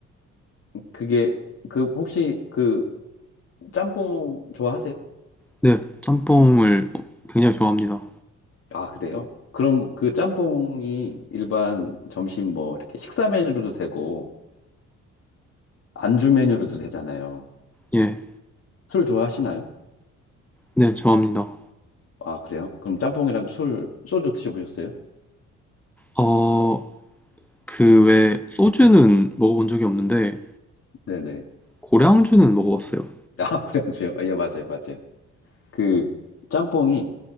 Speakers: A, on the left; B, in the centre.
A: 그게 그 혹시 그 짬뽕 좋아하세요?
B: 네, 짬뽕을 굉장히 좋아합니다.
A: 아, 그래요? 그럼 그 짬뽕이 일반 점심 뭐 이렇게 식사 메뉴로도 되고 안주 메뉴로도 되잖아요.
B: 예,
A: 술 좋아하시나요?
B: 네, 좋아합니다.
A: 아, 그래요? 그럼 짬뽕이랑 술, 소주 드셔보셨어요?
B: 어, 그외 소주는 먹어본 적이 없는데
A: 네네.
B: 고량주는 먹어봤어요.
A: 아, <laughs> 고량주요? 아, 예, 맞아요, 맞아요. 그 짬뽕이